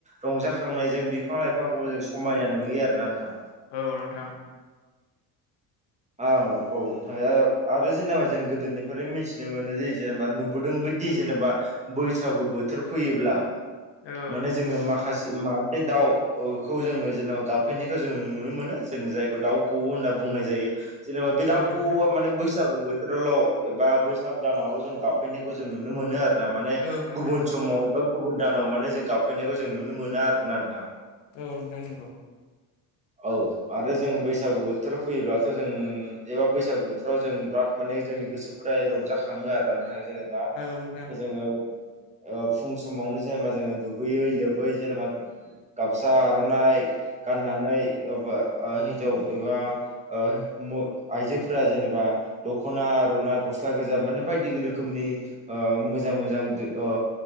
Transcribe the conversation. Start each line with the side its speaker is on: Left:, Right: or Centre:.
Right: रंजाखांनायजों बिफां लाइ खौबो जों समायना नुयो आरोना नोंथां
Left: औ नोंथां
Right: औ औ नोंथां आरो जेनेबा जों गोदोनिफ्राय मिथिनो मोनो जे जेनेबा नुबोदों बि जेनेबा बैसागु बोथोर फैयोब्ला
Left: औ
Right: माने
Left: नोंथां
Right: जोङो माखासे मा बे दाउखौ जोङो जेनेबा गाबफैनायखौ जों नुनो मोनो जों जायखौ दाउ खौवो होनना बुंनाय जायो जेनेबा बे दाउ
Left: औ
Right: खौवौवा
Left: नोंथां
Right: माने बैसौ बोथोरावल' एबा बैसाग दानावल' जों गाबफैनायखौ जों नुनो मोनो आरो ना माने
Left: औ नोंथां
Right: गुबुन समाव एबा गुबुन दानाव माने जों गाबफैनायखौ जों नुनो मोना आरोना नोंथां
Left: औ नोंथां नंगौ
Right: औ आरो जोङो बैसागु बोथोर फैयोब्ला थ' जों एबा बैसागु बोथोराव जों बिराद माने जोंनि गोसोफोरा रंजाखाङो आरो ना जेनेबा
Left: औ नोंथां
Right: जोङो ओ फुं समावनो जेनेबा जोङो दुगैयै लोबै जेनेबा गामसा आर'नाइ गाननानै अबा ओ हिन्जाव एबा ओ मु आइजोफोरा जेनेबा दखना आर'ना गस्ला गोजा माने बायदि रोखोमनि ना ओ मोजां मोजां ओ